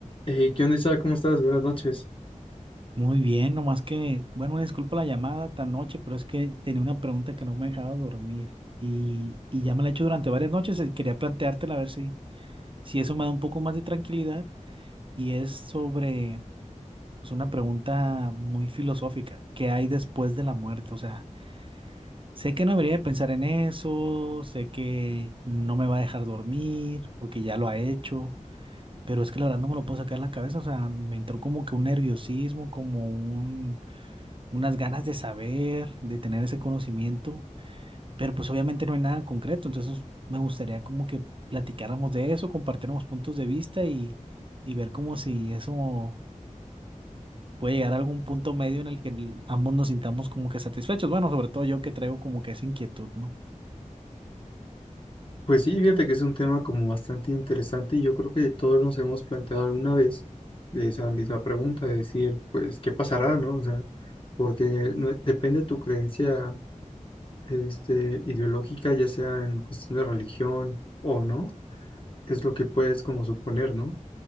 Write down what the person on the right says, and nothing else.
Muy bien, nomás que, bueno, disculpa la llamada tan noche, pero es que tenía una pregunta que no me dejaba dormir y, y ya me la he hecho durante varias noches y quería planteártela a ver si, si eso me da un poco más de tranquilidad y es sobre, pues, una pregunta muy filosófica, ¿qué hay después de la muerte? O sea, sé que no debería de pensar en eso, sé que no me va a dejar dormir porque ya lo ha hecho, pero es que la verdad no me lo puedo sacar de la cabeza, o sea, me entró como que un nerviosismo, como un unas ganas de saber, de tener ese conocimiento, pero pues obviamente no hay nada concreto, entonces me gustaría como que platicáramos de eso, compartiéramos puntos de vista y, y ver como si eso puede llegar a algún punto medio en el que el- ambos nos sintamos como que satisfechos, bueno, sobre todo yo que traigo como que esa inquietud, ¿no?